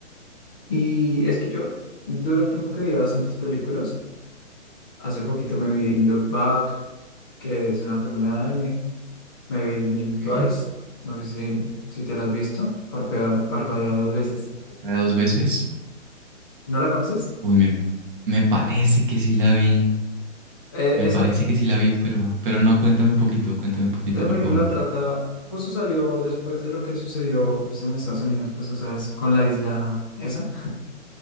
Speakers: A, on the left; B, on the right.
A: Y es que yo duré un tiempo que veía bastantes películas. Hace poquito me vi Look Back, que es una película de anime. Me vi Blink
B: Ok,
A: Twice. No sé si, si te la has visto. Parpadea, parpadea dos veces.
B: la de dos veces.
A: ¿No la conoces?
B: Uy, me, me parece que sí la vi.
A: Eh,
B: Me
A: esa,
B: parece que sí la vi, pero, pero no, cuéntame un poquito, cuéntame un poquito,
A: esa
B: por
A: película
B: favor.
A: trata, justo salió después de lo que sucedió pues, en Estados Unidos, pues, o sea, es con la isla esa.